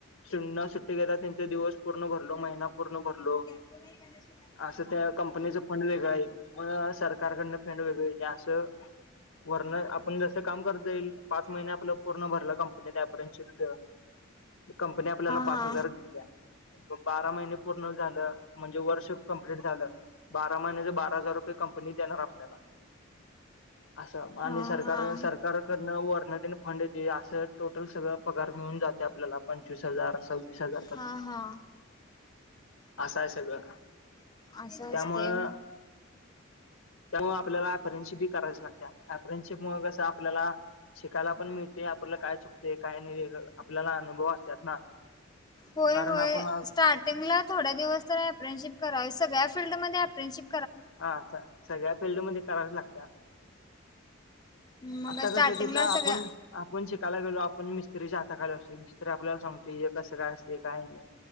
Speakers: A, on the left (about 75°); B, on the left (about 20°).
A: शनना सुट्टी घेता त्यांचे दिवस पूर्ण भरलो महिना पूर्ण भरलो
B: त नाही कर
A: असं त्या कंपनीच फंड वेगळं आहे मग सरकारकडनं फंड वेगळ आहे ते असं वरण आपण जसं काम करता येईल पाच महिने आपलं पूर्ण भरलं कंपनी अपेरांशिप च कंपनी आपल्याला पाच
B: हा
A: हजार दिेतल्या बारा महिने पूर्ण झालं म्हणजे वर्ष कंप्ललीट झालं बारा महिन्याच बारा हजार रुपये कंपनी देणार आपल्याला असं आणि
B: हा
A: सरकार
B: हा
A: सरकारकडनं वर्णतेने फंड दे असं टोटल सगळं पगार मिळून जाते आपल्याला पंचवीस हजार सव्वीस हजार पर्यंत
B: हां, हां.
A: असं आहे सगळं
B: असं
A: त्यामुळं
B: असते
A: त्यामुळे आपल्याला अफरन्सशिपी करायची लागते अफरनशिपमुळे कसं आपल्याला शिकायला पण मिळते आपल्याला काय चुकते काय नाही आपल्याला अनुभव असतत ना
B: होय
A: कारण
B: होय
A: आपण
B: स्टार्ट िंगला थोड दिवस तर अपनशिप करावीग्या फल्डमध्येध्येमपर्नशिप
A: हा सगळ्या फिल्डमध्येध्ये करायच लागत्या
B: मग
A: आता
B: स्टार्टिंगला
A: कसं तिथं आपण
B: सगळ्या
A: आपण शिकायला गेलो आपण मिस्त्रीच्या हाता खालीशी मिस्त्री आपल्याला सांगतो तू कसं काय असते काय नाही